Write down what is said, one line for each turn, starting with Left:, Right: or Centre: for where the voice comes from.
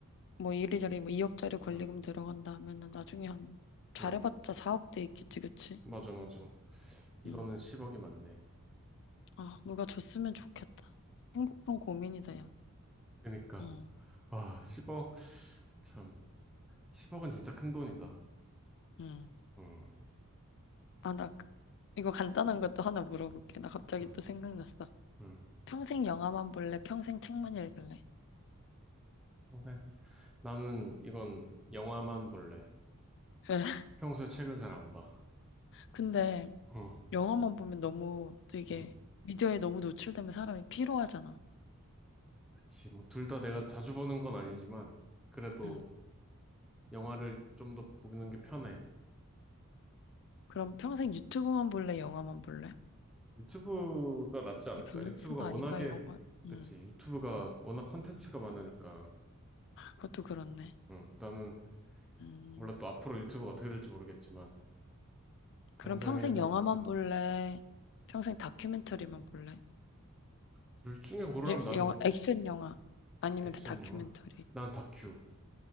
Left: 뭐 이리저리 뭐 2억짜리 권리금
Centre: 응.
Left: 들어간다 하면은 나중에 한 잘해봤자
Centre: 응.
Left: 4억대 있겠지, 그치?
Centre: 맞아 맞아. 이거는
Left: 음.
Centre: 10억이 맞네.
Left: 아, 누가 줬으면 좋겠다. 행복한 고민이다, 야.
Centre: 그러니까
Left: 응,
Centre: 아, 10억. 참, 10억은 진짜 큰 돈이다.
Left: 응.
Centre: 응,
Left: 아, 나 그- 이거 간단한 것도 하나 물어볼게. 나 갑자기
Centre: 응,
Left: 또 생각났어.
Centre: 응.
Left: 평생 영화만 볼래? 평생 책만 읽을래?
Centre: 평생. 나는 이건 영화만 볼래.
Left: 왜? <laughs>
Centre: 평소에 책을 잘 안 봐.
Left: 근데
Centre: 응,
Left: 영화만 보면 너무 또 이게
Centre: 응.
Left: 미디어에 너무 노출되면 사람이 피로하잖아.
Centre: 그치. 뭐, 둘 다 내가 자주 보는 건 아니지만, 그래도
Left: 응.
Centre: 영화를 좀 더 보는 게 편해.
Left: 그럼 평생 유튜브만 볼래? 영화만 볼래?
Centre: 유튜브가 낫지 않을까?
Left: 이게 밸런스가
Centre: 유튜브가 워낙에,
Left: 아닌가, 이런 건?
Centre: 그치.
Left: 응.
Centre: 유튜브가 워낙 컨텐츠가 많으니까.
Left: 응. 그것도 그렇네.
Centre: 응, 나는,
Left: 음.
Centre: 몰라 또 앞으로 유튜브가 어떻게 될지 모르겠지만, 당장에는
Left: 그럼 평생 영화만
Centre: 유튜브.
Left: 볼래? 평생 다큐멘터리만 볼래?
Centre: 둘 중에 고르라면
Left: 예-
Centre: 나는
Left: 영화, 액션 영화 아니면
Centre: 액션
Left: 다큐멘터리.
Centre: 영화? 난 다큐.